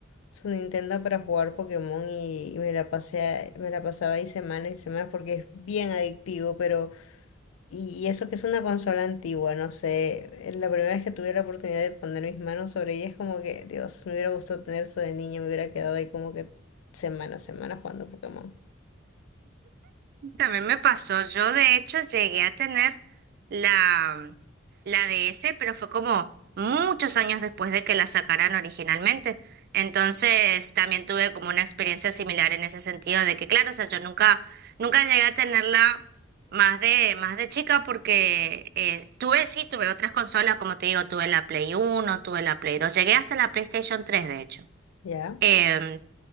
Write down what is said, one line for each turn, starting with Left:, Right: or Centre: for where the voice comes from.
Left: su Nintendo para jugar Pokémon y, y me la pasé, me la pasaba ahí semanas y semanas porque es bien adictivo, pero y, y eso que es una consola antigua, no sé, eh, la primera vez que tuve la oportunidad de poner mis manos sobre ella es como que, Dios, me hubiera gustado tener eso de niño, me hubiera quedado ahí como que semanas, semanas jugando Pokémon.
Right: También me pasó, yo de hecho llegué a tener la, la DS, pero fue como muchos años después de que la sacaran originalmente. Entonces también tuve como una experiencia similar en ese sentido de que, claro, o sea, yo nunca, nunca llegué a tenerla más de, más de chica porque eh, tuve, sí, tuve otras consolas, como te digo, tuve la Play uno tuve la Play dos llegué hasta la PlayStation tres de hecho.
Left: ¿Ya?
Right: Em,